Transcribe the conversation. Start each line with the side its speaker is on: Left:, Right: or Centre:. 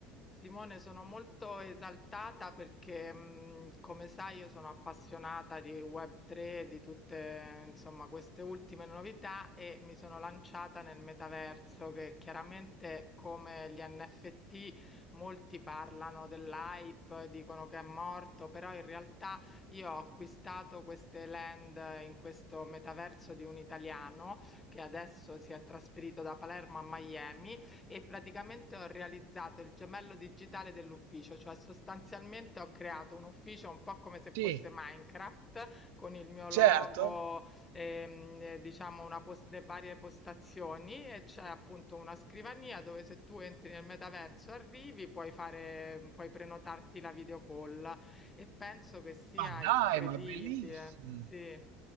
Left: Simone, sono molto esaltata perché, mh, come sai, io sono appassionata di Web3, di tutte, insomma, queste ultime novità e mi sono lanciata nel metaverso che chiaramente come gli NFT molti parlano dell'hype, dicono che è morto, però in realtà io ho acquistato queste land in questo metaverso di un italiano che adesso si è trasferito da Palermo a Miami e praticamente ho realizzato il gemello digitale dell'ufficio, cioè sostanzialmente ho creato un ufficio un po' come se
Right: Sì,
Left: fosse Minecraft con il mio
Right: certo.
Left: logo, ehm, eh, diciamo una pos- le varie postazioni e c'è appunto una scrivania dove se tu entri nel metaverso e arrivi puoi fare, puoi prenotarti la video call e penso che sia
Right: Ma dai,
Left: incredibile.
Right: ma bellissimo.
Left: Sì.